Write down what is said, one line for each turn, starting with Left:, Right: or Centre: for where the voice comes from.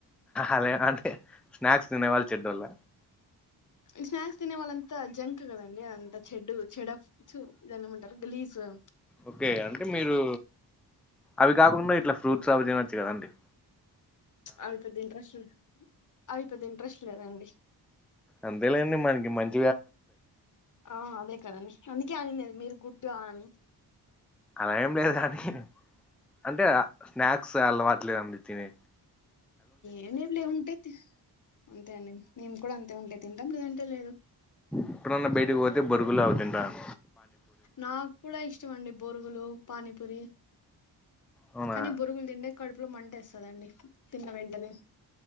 Centre: అదే అంటే స్నాక్స్ తినేవాళ్ళు చెడ్డోళ్ళ
Left: స్నాక్స్ తినే వాళ్ళంతా జంక్ గదండి అదంతా చెడ్ చెడఫ్ చూ జనం ఉంటారు గలీజ్ గా
Centre: ఓకే అంటే మీరు అవి కాకుండా ఇట్లా ఫ్రూట్స్ అవి తినొచ్చు గదండి
Left: అవి పెద్ద ఇంట్రెస్ట్ అవి పెద్ద ఇంట్రెస్ట్ లేదండి
Centre: అంతేలేండి మనకి మంచి
Left: ఆ అదే కదండి అందుకే అనినేది మీరు గుడ్డా అని
Centre: అలా ఏం లేదు గానీ అంటే స్నాక్స్ అలవాట్లేదండి తిని
Left: ఏం లేదులే ఉంటే తి అంతే అండి మేము కూడా అంతే ఉంటే తింటాం లేదు అంటే లేదు
Centre: ఎప్పుడన్న బయటికి పోతే బొరుగులు అవితింటాను
Left: నాకు కూడా ఇష్టం అండి బొరుగులు పానీపూరి
Centre: అవునా
Left: కానీ బొరుగులు దింటే కడుపులో మంటేస్తదండి తిన్న వెంటనే